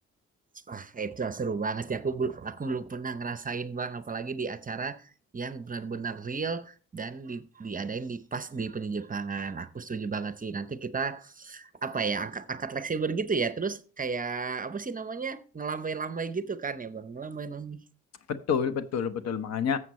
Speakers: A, on the right; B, on the left.
A: Wah, itu seru banget sih. Aku belum aku belum pernah ngerasain bang, apalagi di acara yang benar-benar real dan di, diadain di pas di penjejepangan. Aku setuju banget sih. Nanti kita apa ya angkat angkat leg saber gitu ya. Terus kayak apa sih namanya ngelambai-lambai gitu kan ya bang, ngelambai-lambai.
B: betul betul betul makanya